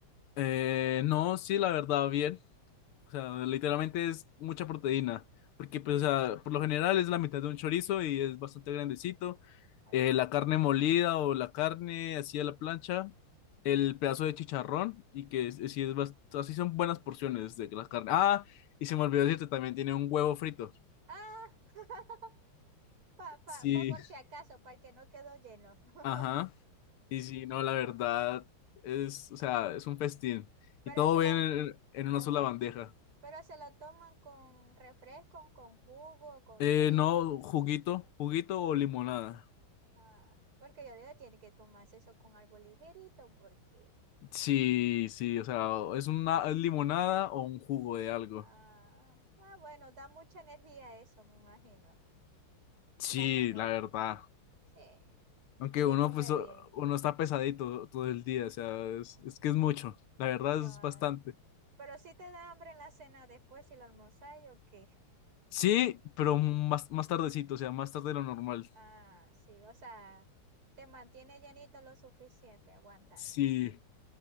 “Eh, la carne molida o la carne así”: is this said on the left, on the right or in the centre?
Left